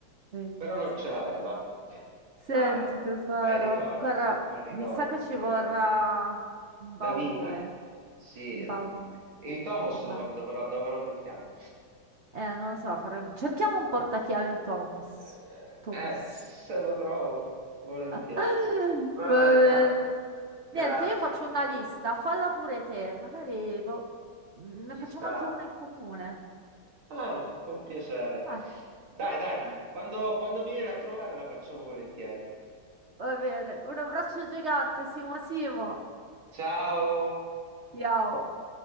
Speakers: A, on the right; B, on the right.
A: bellissimo.
B: però non ce l'aveva. <laughs>
A: Senti,
B: Vabbè,
A: tesoro,
B: bei ricordi,
A: guarda,
B: bei ricordi,
A: mi sa che ci
B: bei
A: vorrà
B: ricordi.
A: un
B: Una
A: baule,
B: vita, sì.
A: un baule
B: Il Tomos
A: gigante.
B: dove, dove lo, dove lo mettiamo?
A: Eh, non lo so, faremo... cerchiamo un portachiavi Thomas.
B: Eh,
A: Thomas.
B: eh, se lo trovo, volentieri.
A: <laughs>
B: Va
A: Va
B: bene,
A: bene.
B: va. Grazie.
A: Niente, io faccio una lista, falla pure te, magari boh, mm, ne
B: Ci
A: facciamo
B: sta.
A: anche una in comune.
B: Ah, con piacere.
A: Dai.
B: Dai,
A: <laughs>
B: dai, quando, quando mi viene a trovare la facciamo volentieri.
A: Va bene, un abbraccio gigante, Simo Simo.
B: Ciao.
A: Ciao.